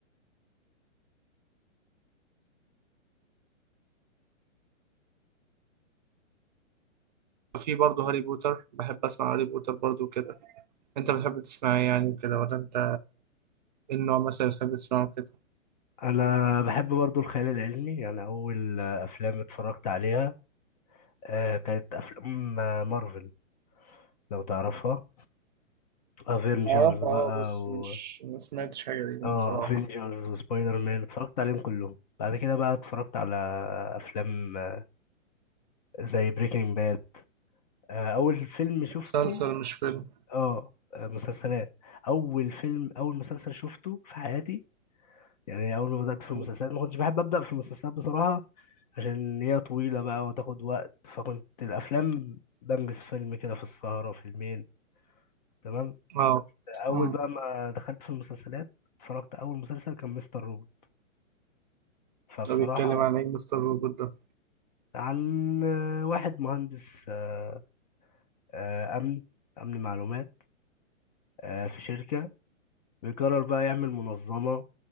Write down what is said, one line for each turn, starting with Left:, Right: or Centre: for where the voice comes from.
Right: في برضه هاري بوتر بحب اسمع هاري بوتر برضه كده انت بتحب تسمع ايه يعني كده ولا انت ايه النوع مثلا بتحب تسمعه كده
Left: انا بحب برضو الخيال العلمي يعني اول افلام اتفرجت عليها آه كانت افلام مارفل لو تعرفها افنجرز
Right: أعرف
Left: بقى
Right: أه بس
Left: و
Right: مش ما سمعتش حاجة ليهم
Left: اه
Right: بصراحة
Left: افنجرز وسبايدر مان اتفرجت عليهم كلهم بعد كده بقى اتفرجت على افلام آه، زي بريكنج باد اول فيلم شفته
Right: مسلسل مش فيلم
Left: اه آه، مسلسلات اول فيلم اول مسلسل شفته في حياتي يعني اول ما بدات في
Right: مم.
Left: المسلسلات ما كنتش بحب ابدا في المسلسلات بصراحه عشان هي طويله بقى وتاخد وقت فكنت الافلام بنجز فيلم كده في السهره فيلمين تمام
Right: اه
Left: بس اول
Right: امم
Left: بقى ما دخلت في المسلسلات اتفرجت اول مسلسل كان مستر روبوت فبصراحة
Right: ده بيتكلم عن ايه مستر روبوت ده
Left: عن واحد مهندس آه، آه، أمن أمن معلومات آه، في شركة بيقرر بقى يعمل منظمة